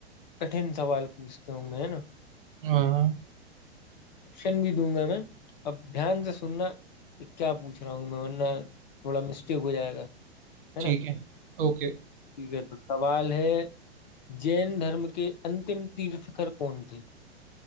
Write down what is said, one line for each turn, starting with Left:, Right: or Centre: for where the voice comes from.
Left: कठिन सवाल पूछता हूँ मैं है ना
Right: हाँ
Left: ऑप्शन भी दूंगा मैं अब ध्यान से सुनना कि क्या पूछ रहा हूँ मैं वरना थोड़ा मिस्टेक हो जाएगा है
Right: ठीक
Left: ना
Right: है ओके
Left: ठीक है तो सवाल है जैन धर्म के अंतिम तीर्थकर कौन थे